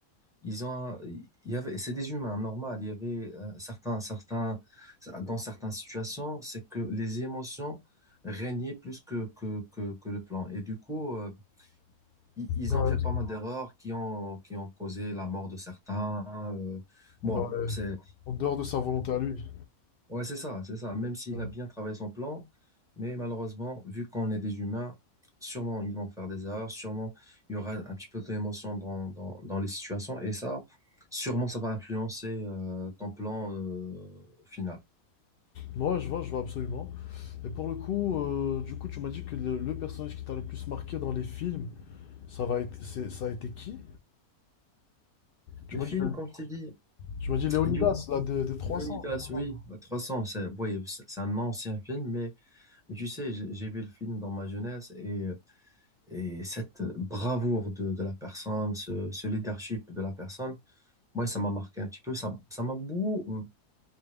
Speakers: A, in the centre; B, on the left.
A: ils ont, un- il y avait, c'est des humains, normal. Il y avait euh, certains, certains, dans certaines situations, c'est que les émotions régnaient plus que, que, que, que le plan. Et du coup, euh, i- ils
B: Ouais.
A: ont fait pas mal d'erreurs qui ont, qui ont causé la mort de certains. euh, bon,
B: Ouais.
A: c'est,
B: En dehors de sa volonté à lui.
A: ouais, c'est ça, c'est ça. Même s'il
B: Ouais,
A: a bien travaillé son plan, mais malheureusement, vu qu'on est des humains, sûrement ils vont faire des erreurs, sûrement il y aura un petit peu d'émotion dans, dans, dans les situations, et ça, sûrement ça va influencer euh, ton plan euh, au final.
B: Ouais, je vois, je vois absolument. Et pour le coup, euh, du coup, tu m'as dit que le, le personnage qui t'a le plus marqué dans les films, ça va être, c'est- ça a été qui? Tu
A: Les
B: m'as
A: films,
B: dit,
A: comme je t'ai dit,
B: tu m'as dit Léonidas,
A: Dune-
B: là, de- des 300.
A: Leonidas,
B: exactement.
A: oui, bah, 300, c'est oui, c'est c'est un ancien film, mais, mais tu sais, j'ai j'ai vu le film dans ma jeunesse et euh, Et cette bravoure de, de la personne, ce, ce leadership de la personne, moi, ça m'a marqué un petit peu. Ça, ça m'a beaucoup,